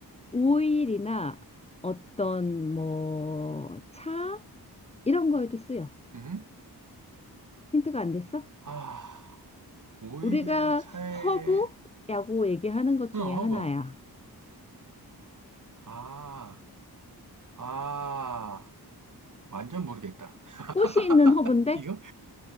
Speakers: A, on the left; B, on the right.
A: 오일이나 어떤 뭐 차 이런 거에도 쓰여.
B: 음?
A: 힌트가 안 됐어?
B: 아, 오일이나
A: 우리가
B: 차에,
A: 허브라고 얘기하는 것 중에
B: 응, 허브.
A: 하나야.
B: 아, 아, 완전 모르겠다. <laughs>
A: 꽃이 있는 허브인데
B: 이거?